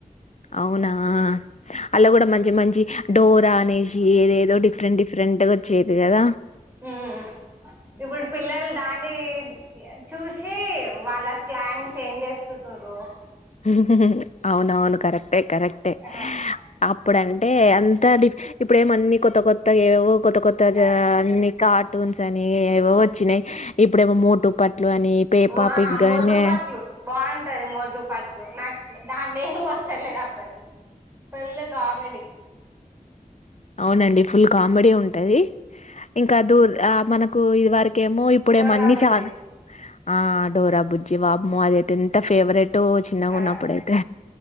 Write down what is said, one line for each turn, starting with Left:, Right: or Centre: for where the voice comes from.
Left: అవునా అలా కూడా మంచి మంచి డోరానేే ఏదేదో డిఫరెంట్ డిఫరెంట్గ చేతే గద
Right: హు ఉమ్ ఇప్పుడు పిల్లలు దాన్నీ చూసి వాళ్ళ స్లాంగ్ చేంజ్ చేసుకుంటుండ్రు
Left: హ అవునవును కరెక్టే కరెక్టే
Right: ఆ
Left: అప్ ఇప్పుడంటే అంతా డిఫ్ ఇప్పుడు ఏమన్ని కొత్త కొత్తగా ఏవో కొత్త కొత్త గా
Right: ఆ
Left: అన్ని కా టూన్స్ అని ఏవేవో వచ్చినాయి ఇప్ ఇప్పుడేమో మోటు పట్లు అని పే
Right: వా
Left: పాపిక్గానే
Right: మోటు పట్లు బాగుంటది మోటు పట్లు నాకు దాన్న ఏం వస్తలేదు అ పన్ పెళ్ళ కామెడీ
Left: అవునండి ఫుల్ కామెడీ ఉంటది. ఇంకా దూర్ ఆ మనం కు ఇది వరక్ ఇకేమో ఇప్పుడేమన్ని
Right: డోరా బుజ్జి
Left: చాల ఆ డోరా బుజ్జి వామ్మో అది అయితే ఎంత ఫేవరెట్ రో చిన్నగా
Right: ఆ
Left: ఉన్నప్పుడుయితే